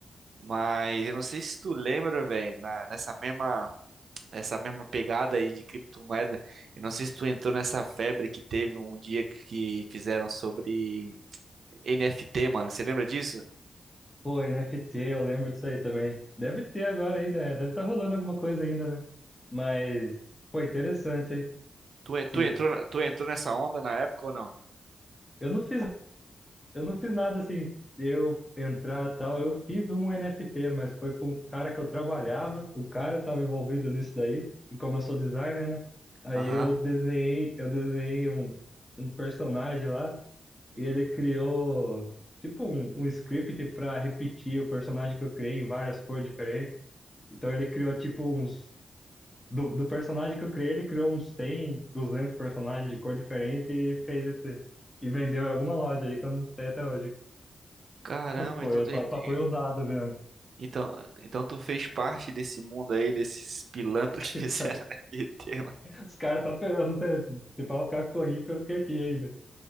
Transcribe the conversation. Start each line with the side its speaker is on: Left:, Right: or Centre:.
Right: mas eu não sei se tu lembra, velho, na- nessa mesma essa mesma pegada aí de criptomoeda. Eu não sei se tu entrou nessa febre que teve um dia que fizeram sobre NFT, mano. Você lembra disso?
Left: Pô, NFT, eu lembro disso aí também. Deve ter agora ainda, né? Deve estar rolando alguma coisa ainda, né? Mas, pô, interessante, hein?
Right: Tu, en-
Left: Esse...
Right: tu entrou, na- tu entrou nessa onda na época ou não?
Left: Eu não fiz Eu não fiz nada assim, eu entrar tal. Eu fiz um NFT, mas foi para um cara que eu trabalhava. O cara estava envolvido nisso daí. E como eu sou designer, né? Aí
Right: Aham.
Left: eu desenhei, eu desenhei um, um personagem lá e ele criou tipo um, um script para repetir o personagem que eu criei em várias cores diferentes. Então ele criou tipo uns do, do personagem que eu criei, ele criou uns 100, 200 personagens de cor diferente e fez esse e vendeu em alguma loja aí que eu não sei até hoje
Right: Caramba,
Left: só que Foi,
Right: então, tu-
Left: só,
Right: e-
Left: só
Right: e-
Left: foi usada mesmo. <laughs>
Right: então, então tu fez parte desse mundo aí, desses pilantras que
Left: Então,
Right: fizeram <laughs> NFT, mano.
Left: os caras estão pegando. Se, se falar o cara ficou rico, eu fiquei aqui ainda.